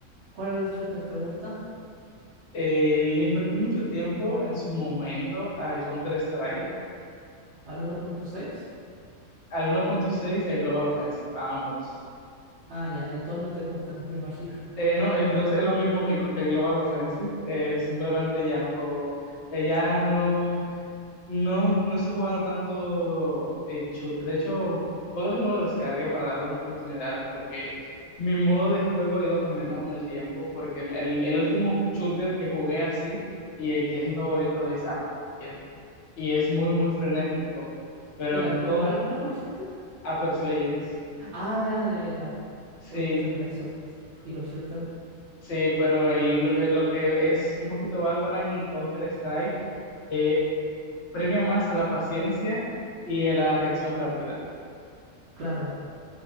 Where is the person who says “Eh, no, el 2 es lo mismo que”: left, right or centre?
Left